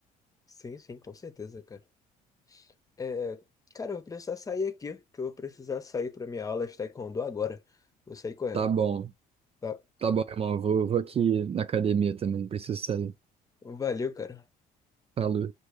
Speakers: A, on the left; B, on the right.
A: Sim, sim, com certeza, cara. É, cara, eu vou precisar sair aqui, que eu vou precisar sair pra minha aula de taekwondo agora. Vou sair correndo.
B: Tá bom,
A: tá?
B: tá bom, irmão. Vou, vou aqui na academia também, preciso sair.
A: Valeu, cara.
B: Falou.